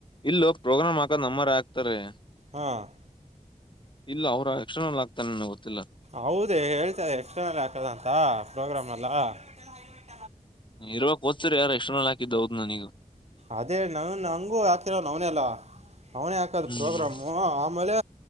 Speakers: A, on the left; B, on the right.
A: ಇಲ್ಲ ಪ್ರೋಗ್ರಾಮ್ ಹಾಕದ ನಮ್ಮರೇ ಆಗ್ತಾರೆ. <unintelligible>
B: ಹಾ <unintelligible>
A: ಇಲ್ಲ ಅವ್ರ ಎಕ್ಸ್ಟರ್ನಲ್ ಆಗ್ತಾನೆ ನಂಗ್ ಗೊತ್ತಿಲ್ಲ. <unintelligible>
B: ಹೌದೇ ಹೇಳ್ತಾರೆ ಎಕ್ಸ್ಟರ್ನಲ್ ಹಾಕದ ಅಂತ ಪ್ರೋಗ್ರಾಮ್ ಅಲ್ಲಾ. <unintelligible>
A: ಇರೋ ಹೋದ ಯಾರೋ ಎಕ್ಸ್ಟರ್ನಲ್ ಹಾಕಿದ್ದ್ ಹೌದ ನನೀಗ <unintelligible>
B: ಅದೇ ನಾವ ನಂಗು ಹಾಕತಿರೋ ಅವ್ನೆಲ್ಲ. <unintelligible> ಅವನೇ ಹಾಕೋದ್
A: ಹ್ಮ್
B: ಪ್ರೋಗ್ರಾಮು ಆಮೇಲೆ